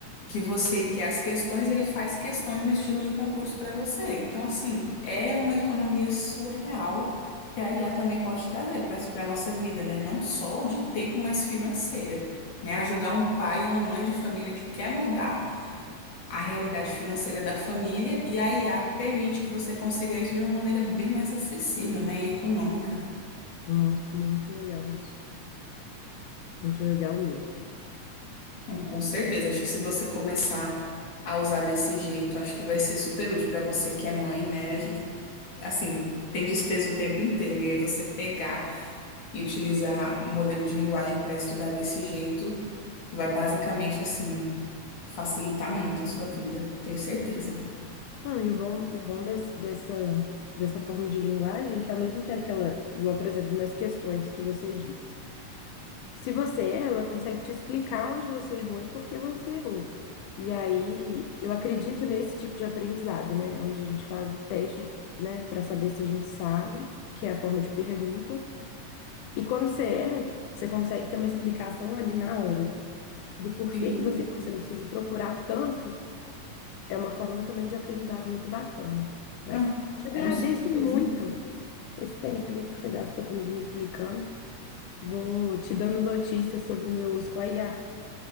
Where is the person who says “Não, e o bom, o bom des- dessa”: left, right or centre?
Left